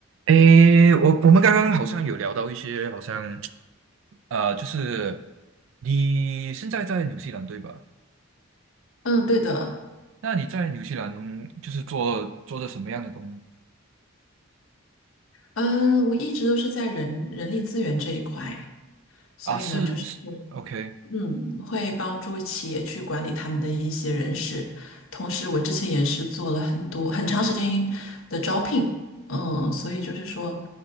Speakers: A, on the right; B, on the left.
A: 诶，我我们刚刚好像有聊到一些，好像呃，就是你现在在纽西兰对吧？
B: 嗯，对的，
A: 那你在纽西兰就是做做的什么样的工呢
B: 嗯，我一直都是在人人力资源这一块，所以呢，
A: 啊，是是，OK
B: 就是会嗯，会帮助企业去管理他们的一些人事，同时我之前也是做了很多很长时间的招聘，嗯，所以就是说，